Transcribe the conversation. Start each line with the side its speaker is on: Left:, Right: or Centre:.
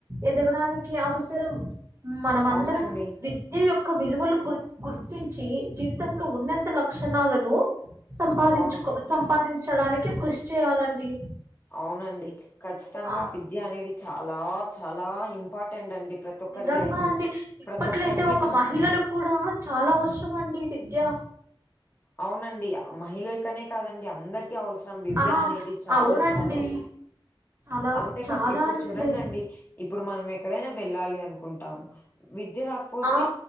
Right: ఎదగడానికి అవసరం హ్మ్ మనంమందరం
Left: అవునండి.
Right: విద్య యొక్క విలువలు గు గుర్తించి జీవితంలో ఉన్నంత లక్షణాలను సంపాదించుకో
Left: అవును.
Right: సంపాదించడానికి కృషి చేయాలండి
Left: అవునండి ఖచ్చితంగా
Right: ఆ
Left: విద్య అనేది చాలా చాలా ఇంపార్టెంట్ అండి ప్రతి ఒక్కరి
Right: నిజంగా
Left: లైఫ్‌లో.
Right: అండి ఇప్పట్లయితే
Left: ప్రతి ఒక్కరికి
Right: ఒక
Left: మనం
Right: మహిళలకు కూడా చాలా అవసరం అండి విద్య
Left: అవునండి మహిళలకనే కాదండి అందరికి విద్య అవసరం విద్య
Right: ఆ
Left: అనేది చాలా
Right: అవునండి
Left: చాలా
Right: చాలా
Left: అంతేకా
Right: చాలా
Left: ఇప్పుడు
Right: అండి
Left: చూడండండి ఇప్పుడు మనం ఎక్కడైనా వెళ్ళాలి అనుకుంటాము విద్య రాకపోతే
Right: ఆ